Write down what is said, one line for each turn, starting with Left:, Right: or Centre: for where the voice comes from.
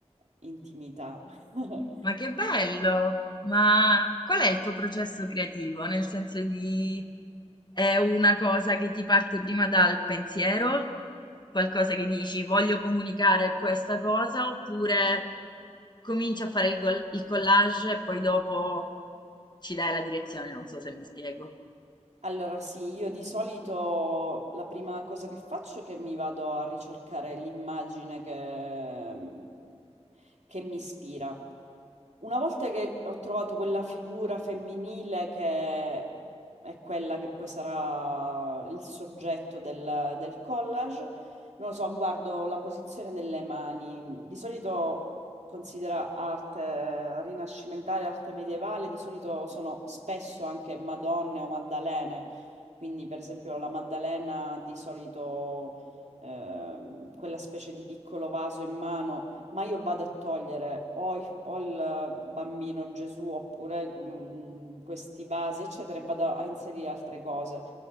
Right: intimità. <laughs>
Left: Ma che bello! Ma qual è il tuo processo creativo? Nel senso di è una cosa che ti parte prima dal pensiero, qualcosa che dici voglio comunicare questa cosa, oppure cominci a fare il, gol- il collage e poi dopo ci dai la direzione, non so se mi spiego.
Right: Allora sì, io di solito la prima cosa che faccio è che mi vado a ricercare l'immagine che, mm, che mi ispira. Una volta che ho trovato quella figura femminile che è quella che poi sarà il soggetto del, del collage, non lo so, guardo la posizione delle mani. Di solito considera arte eh, rinascimentale, arte medievale, di solito sono spesso anche Madonne o Maddalene, quindi per esempio la Maddalena di solito ehm, quella specie di piccolo vaso in mano, ma io vado a togliere o, i- o il bambino Gesù oppure mm, questi vasi, eccetera, e vado a inserire altre cose.